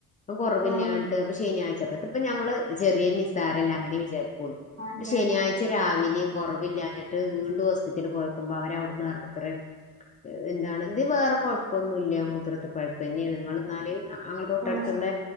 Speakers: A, on the left; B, on the right.
A: അപ്പം കൊറവില്ലാഞ്ഞ്ട്ട്
B: ആഹ്
A: അപ്പ ശനിയാഴ്ച്ച ഇത്പ്പം ഞമ്മള് ചെറ്യേ നിസ്സാരല്ലേ അങ്ങനെ വിചാരിക്കൊള്ളൂ
B: ആഹ്
A: ശനിയാ
B: ആഹ്
A: ഴ്ച്ച രാവിലേം കൊറവില്ലാഞ്ഞിട്ട് വീണ്ടും ഹോസ്പിറ്റലിൽ പോയൊക്കുമ്പോ അവര് അവിട്ന്ന് പറഞ്ഞുത്രേ എന്താണ് ഇതീ വേറെ കൊഴപ്പൊന്നുല്ല മൂത്രത്തെ പഴ്പ്പെന്ന്യാണ് ഇങ്ങള് ഇന്നാല് അ അങ്ങളെ തൊട്ടട്ത്ത്ള്ള
B: ആഹ്